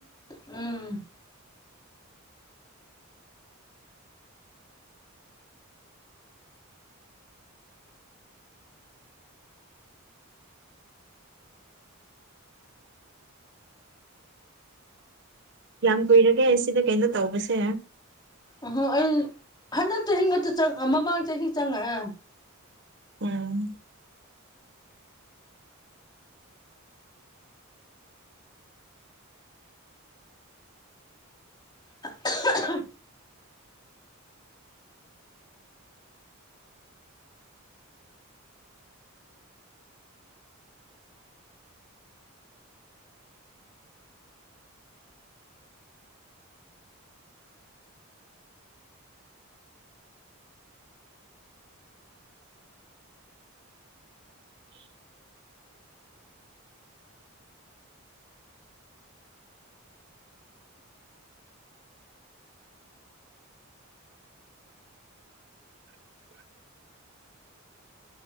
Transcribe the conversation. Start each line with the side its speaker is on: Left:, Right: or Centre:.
Left: ꯎꯝ
Right: ꯀꯌꯥꯝ ꯀꯨꯏꯔꯒꯦ ꯁꯤꯗ ꯀꯩꯅꯣ ꯇꯧꯕꯁꯦ
Left: ꯑꯍꯣ ꯑꯩ ꯍꯟꯗꯛ ꯆꯍꯤ ꯉꯇ ꯆꯪ ꯃꯃꯥꯡ ꯆꯍꯤ ꯆꯪꯉꯛꯑ
Right: ꯎꯝ
Left: ꯑ ꯍꯥ ꯑ ꯍꯝ
Right: ꯎ ꯎꯝ